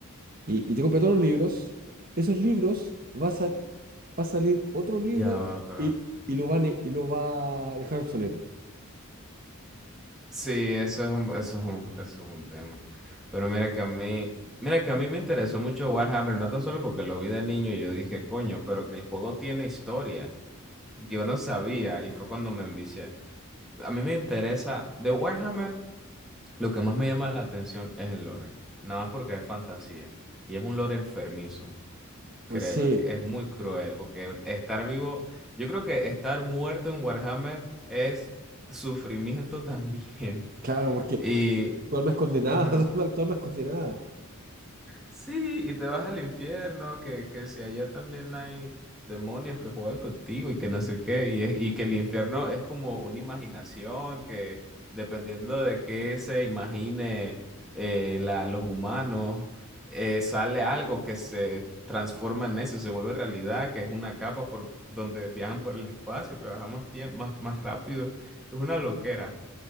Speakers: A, on the right; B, in the centre.
A: y, y te compras todos los libros, esos libros va a, sal- va a salir otro libro
B: Ya va, pero
A: y, y lo va a, ne- y lo va a dejar obsoleto.
B: sí, eso es un, eso es un, eso es un tema. Pero mira que a mí, mira que a mí me interesó mucho Warhammer, no tan solo porque lo vi de niño y yo dije, coño, pero que el juego tiene historia. Yo no sabía y fue cuando me envicié. A mí me interesa de Warhammer. Lo que más me llama la atención es el lore, nada más porque es fantasía y es un lore enfermizo,
A: Pues
B: créeme,
A: sí,
B: que es muy cruel porque estar vivo, yo creo que estar muerto en Warhammer es sufrimiento también. <laughs>
A: claro, porque
B: Y,
A: tu, tu alma es condenada,
B: ajá.
A: <laughs> tu alma, tu alma es condenada.
B: Sí, y te vas al infierno, que, que si allá también hay demonios que juegan contigo y que no sé qué, y, es- y que el infierno es como una imaginación que dependiendo de qué se imagine eh, la- los humanos, eh, sale algo que se transforma en eso, se vuelve realidad, que es una capa por donde viajan por el espacio, pero viajan más tiempo, más, más rápido. Es una loquera,